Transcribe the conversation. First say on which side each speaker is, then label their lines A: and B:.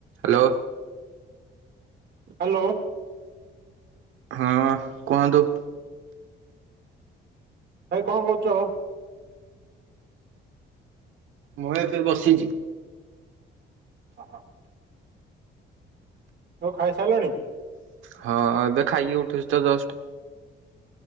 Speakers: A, on the right; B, on the right.
A: Hello.
B: Hello.
A: ହଁ କୁହନ୍ତୁ।
B: ଭାଇ କଣ କରୁଛ?
A: ମୁଁ ଏବେ ବସିଛି।
B: <unintelligible> ଆଉ ଖାଇସାରିଲଣି?
A: ହଁ ଏବେ ଖାଇକି ଉଠୁଛି ତ ଯଷ୍ଟ।